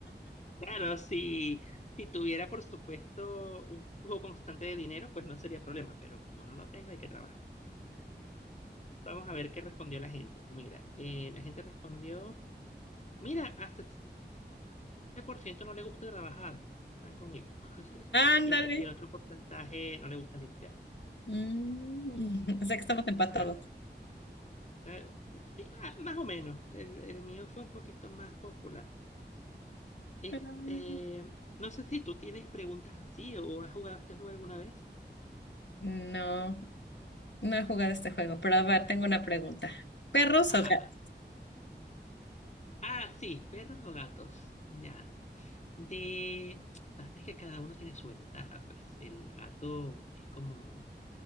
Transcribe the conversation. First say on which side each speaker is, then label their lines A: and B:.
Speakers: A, on the left (about 40°); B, on the left (about 80°).
A: Claro, si, si tuviera, por supuesto, un flujo constante de dinero, pues no sería problema, pero como no lo tengo, hay que trabajar. Vamos a ver qué respondió la gente. Mira, eh, la gente respondió, mira, hasta el 7% no le gusta trabajar, están conmigo.
B: Ándale.
A: Y el, y el otro porcentaje no le gusta limpiar.
B: Mm, <laughs> o sea que estamos empatados.
A: Ajá. Eh, sí, ma- más, o menos. El, el mío fue un poquito más popular. Este,
B: <laughs>
A: no sé si tú tienes preguntas así o has jugado este juego alguna vez.
B: Mm, No. No he jugado este juego, pero a ver, tengo una pregunta. ¿Perros
A: Ajá.
B: o gatos?
A: Ah, sí, perros o gatos. Ya. De. Pasa es que cada uno tiene su ventaja, pues. El gato es como